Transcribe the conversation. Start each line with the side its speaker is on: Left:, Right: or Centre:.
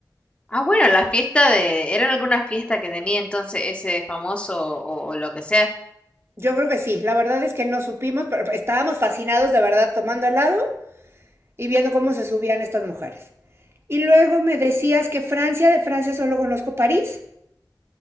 Left: Ah, bueno, la fiesta de... ¿Era alguna fiesta que tenía entonces ese famoso o, o lo que sea?
Right: Yo creo que sí, la verdad es que no supimos, pero estábamos fascinados de verdad tomando helado y viendo cómo se subían estas mujeres. Y luego me decías que Francia, de Francia solo conozco París.